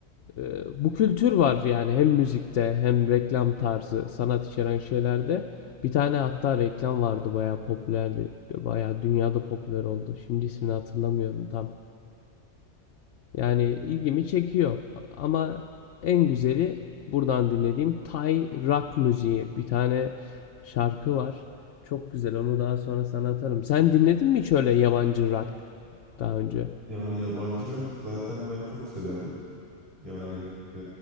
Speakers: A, on the left; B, on the right.
A: e, bu kültür var yani hem müzikte hem reklam tarzı, sanat içeren şeylerde. Bir tane hatta reklam vardı bayağı popülerdi. Bayağı dünyada popüler oldu. Şimdi ismini hatırlamıyorum tam. Yani ilgimi çekiyor. Ama en güzeli buradan dinlediğim Thai rock müziği. Bir tane şarkı var. Çok güzel. Onu daha sonra sana atarım. Sen dinledin mi hiç öyle yabancı rock daha önce?
B: Yani yabancı rock zaten ben çok severim. Yani e,